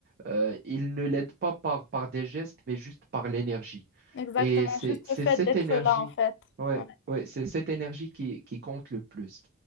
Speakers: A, on the right; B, on the left.
A: Euh, il ne l'aide pas par, par des gestes, mais juste par l'énergie.
B: exactement,
A: Et c'est,
B: juste
A: c'est
B: le fait
A: cette
B: d'être
A: énergie,
B: là en fait.
A: ouais,
B: Ouais.
A: ouais, c'est cette énergie qui, qui compte le plus.